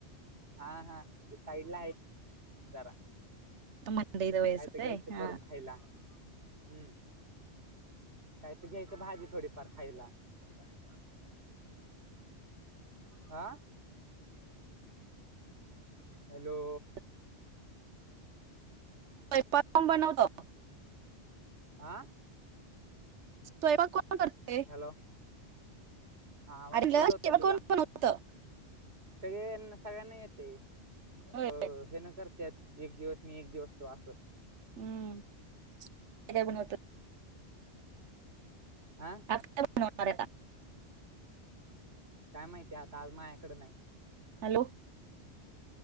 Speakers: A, on the right (about 65°); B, on the right (about 80°).
A: हा हा. ते साईड ला आहे. जरा
B: मंडईत वयस
A: <inaudible> आयत घ्यायचं
B: हा
A: करून खायला. हम्म काय तर घ्यायचं भाजी थोडीफार खायला. <inaudible> <inaudible> आ हॅलो
B: <inaudible> स्वयंपाक पण बनवतात.
A: आं
B: स्वयंपाक पण कोण करतंय?
A: हॅलो. हा आवाज
B: अरे ल,
A: कडकय
B: जेवण
A: तुझा.
B: कोण बनवतं
A: सगळेना सगळ्यांना येते,
B: होय
A: अ हे न करत्यात एक दिवस मी, एक दिवस तु असं.
B: हम्म. काय काय बनवतात?
A: आह
B: <unintelligible>
A: काय माहितीये आता, आज माझ्याकड नाही.
B: हॅलो